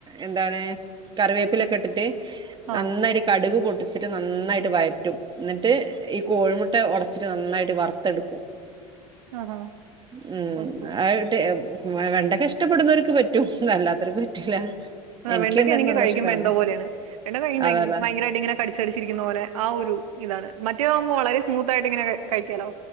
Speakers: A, on the right; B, on the right.
A: എന്താണ് കറിവേപ്പിലൊക്കെ ഇട്ടിട്ട്
B: ആ
A: നന്നായിട്ട് കടുക് പൊട്ടിച്ച് ട്ട് നന്നായിട്ട് വയറ്റും ഇന്നിട്ട് ഈ കോഴിമുട്ട ഒടച്ചിട്ട് നന്നായിട്ട് വറു ത്തെടുക്കും <unintelligible>
B: ആഹാ ഓക്കേ
A: വെ വെണ്ടക്ക ഇഷ്ടപ്പെടുന്നവർക്ക് പറ്റും അല്ലാത്തവർക്ക് പറ്റൂല
B: ആ വെണ്ടക്ക
A: എന്തായാലും
B: എനിക്ക്
A: നല്ല
B: കഴിക്കുമ്പോൾ
A: ഇഷ്ടാണ്
B: എന്തോപോലേണ് വെണ്ടക്ക കഴിക്കുമ്പോ
A: അതല്ലേ
B: ഭയങ്കരമായിട്ട് ഇങ്ങനെ കടിച് കടിച്ചിരിക്ക്ണ പോലെ ആ ഒരു ഇതാണ് മറ്റോകുമ്പോ മുളക് വളരെ സ്മൂത്തായിട്ട് ഇങ്ങനെ കഴിക്കാലോ